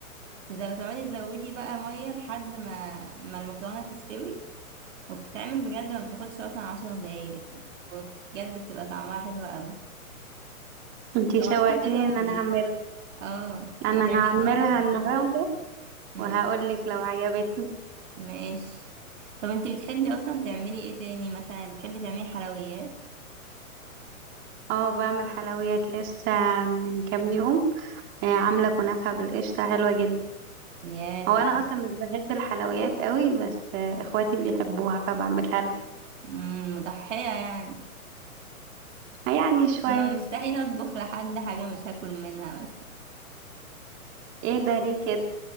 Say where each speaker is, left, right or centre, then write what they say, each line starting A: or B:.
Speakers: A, on the right; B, on the right.
A: إذا بتقعدي تزودي بقى مية لحد ما ما المكرونة تستوي وبتتعمل بجد ما بتاخدش اصلا عشر دقايق وبجد بتبقى طعمها حلو قوي
B: انتي
A: جربيها
B: شوقتيني
A: كده
B: ان
A: وقوليلي
B: انا اعملها
A: اه
B: انا
A: بتعمليها
B: هعملها
A: بجد
B: النهارده
A: مم،
B: وهقول لك لو عجبتني
A: ماشي طب انتي بتحبي اصلا تعملي ايه تاني مثلا يعني بتحبي تعملي حلويات
B: اه بعمل حلويات لسه من كام يوم آه، عامله كنافه بالقشطه حلوه جدا
A: يا
B: هو
A: طب
B: انا اصلا مش بحب الحلويات قوي بس آه، اخواتي بيحبوها فبعملها لهم
A: مم، مضحية يعني
B: يعني شويه
A: انا مستحيل اطبخ لحد حاجة مش هاكل منها مثلا
B: ايه ده ليه كده